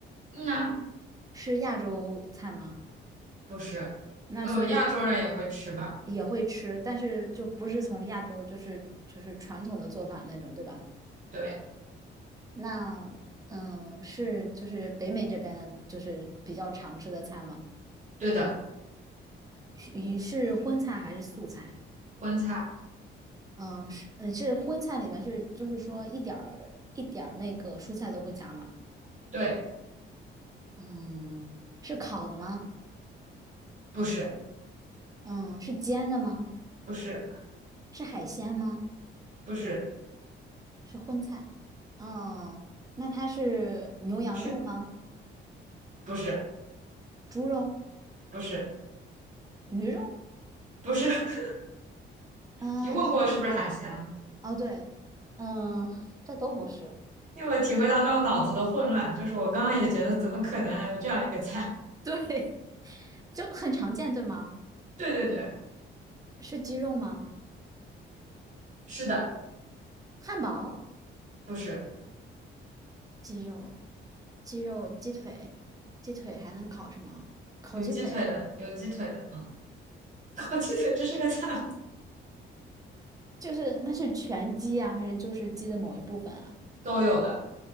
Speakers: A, on the right (about 40°); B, on the right (about 20°).
A: 嗯呐，
B: 是亚洲菜吗？
A: 不是，
B: 那所以
A: 呃，亚洲人也会吃吧？
B: 也会吃，但是就不是从亚洲，就是就是传统的做法那种，对吧？
A: 对
B: 那嗯，是就是北美这边的，就是比较常吃的菜吗？
A: 对的，
B: 是你是荤菜还是素菜？
A: 荤菜，
B: 嗯，是嗯是荤菜里面是就是说一点儿一点儿那个蔬菜都不加吗？
A: 对，
B: 嗯，是烤的吗？
A: 不是
B: 嗯，是煎的吗？
A: 不是
B: 是海鲜吗？
A: 不是
B: 是荤菜。哦，那它是牛羊肉吗？
A: 是不是
B: 猪肉、
A: 不是
B: 鱼肉？
A: 不是，<laughs>
B: 啊，
A: 你问过是不是海鲜？
B: 哦，对，嗯，这都不是，
A: 因为我体会到那种脑子的混乱，就是我刚刚也觉得怎么可能还有这样一个菜？
B: <laughs> 对，就很常见，对吗？
A: <laughs> 对对对，
B: 是鸡肉吗？
A: 是的，
B: 汉堡、
A: 不是
B: 鸡肉、鸡肉、鸡腿、鸡腿还能烤什么？烤鸡腿，
A: 有鸡腿的，有鸡腿的，嗯，<laughs> 烤鸡腿这是个菜吗
B: 就是那是全鸡啊，还是就是鸡的某一部分啊？
A: 都有的，